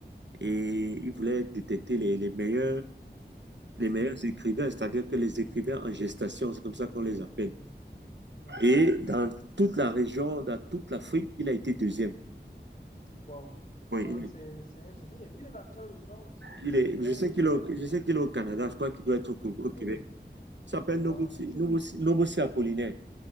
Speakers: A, on the right (about 80°); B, on the left (about 50°).
A: et il voulait détecter les, les meilleurs, les meilleurs
B: oui.
A: écrivains, c'est-à-dire que les écrivains en gestation, c'est comme ça qu'on les appelle.
B: mhm.
A: Et dans toute la région, dans toute l'Afrique, il a été deuxième.
B: Wow.
A: Oui,
B: Ça,
A: il est,
B: c'est c'est un génie. Il est dans quelle région, monsieur?
A: il est-
B: Ça
A: je
B: doit
A: sais
B: être au Québec.
A: qu'il est, au- je sais qu'il est au Canada, je crois qu'il doit être au, au
B: <clears throat>
A: Québec. Il s'appelle
B: Ah,
A: Nobusi,
B: c'est-
A: Nobusi, Nobusi Apollinaire.